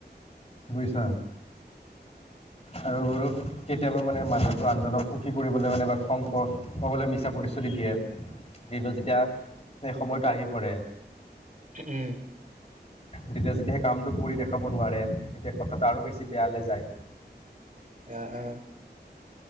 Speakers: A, on the left; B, on the right.
A: বুজিছা আৰু বল কেতিয়াবা মানে মানুহ আনজনক সুখী কৰিবলৈ মানে বা খং ক'বলৈ মিছা প্ৰতিশ্ৰুতি দিয়ে কিন্তু যেতিয়া স সময়তটো আহি পৰে
B: উম
A: তেতিয়া যেতিয়া সেই কামটো কৰি দেখাব নোৱাৰে তেতিয়া কথাটো আৰু বেছি বেয়ালৈ যায়
B: অঁ অঁ